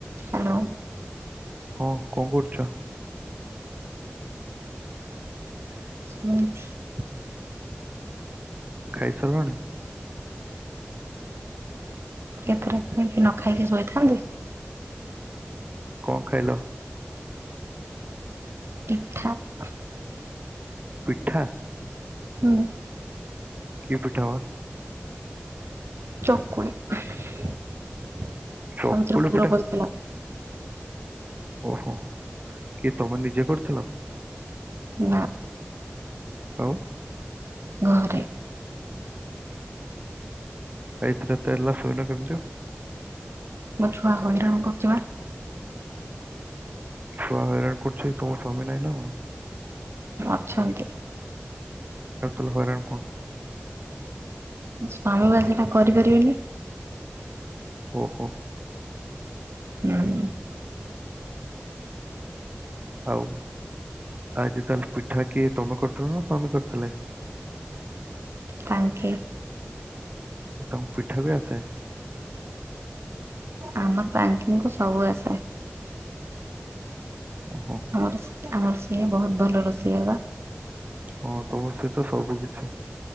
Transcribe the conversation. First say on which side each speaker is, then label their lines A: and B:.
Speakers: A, on the right; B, on the right.
A: Hello.
B: ହଁ କଣ କରୁଛ?
A: ହୁଁ।
B: ଖାଇସାରିଲାଣି?
A: କେ <unintelligible> ନ ଖାଇକି ଶୋଇଥାନ୍ତି।
B: କଣ ଖାଇଲ?
A: <unintelligible>
B: ପିଠା?
A: ହୁଁ।
B: କି ପିଠା ବା?
A: ଚକୁଳି <unintelligible>
B: ଚକୁଳି
A: ପୁର
B: ପିଠା
A: ବସିଥିଲା।
B: ଓହୋ କିଏ ତମେ ନିଜେ କରିଥିଲ?
A: ନାଁ।
B: ଆଉ?
A: ଘରେ।
B: ଏଇଥିରେ ତେଲ ସଇଲା କେମିତି?
A: ମୋ ଛୁଆ ହଇରାଣ କରୁଛି ବା।
B: ଛୁଆ ହଇରାଣ କରୁଛି ତମ ସ୍ଵାମୀ ନାଇଁ ନା କଣ?
A: ଅଛନ୍ତି।
B: <unintelligible> ହଇରାଣ କଣ
A: ସ୍ୱାମୀ ବା ସେଇଟା କରିପାରିବେନି।
B: ଓହୋ।
A: ହୁଁ।
B: ଆଉ ଆଜି ତାହେଲେ ପିଠା କିଏ ତମେ କରିଥିଲ ନା ସ୍ଵାମୀ କରିଥିଲେ?
A: ତାଙ୍କେ।
B: ତ ତାଙ୍କୁ ପିଠା ବି ଆସେ।
A: ଆମ ପା ତାଙ୍କିଙ୍କୁ ସବୁ ଆସେ।
B: ଓହୋ।
A: ଆମର ସେ ଆମର ସିଏ ବୋହୁତ ଭଲ ରୋଷେଇଆ ବା।
B: ହଁ ତମର ସିଏ ତ ସବୁ କିଛି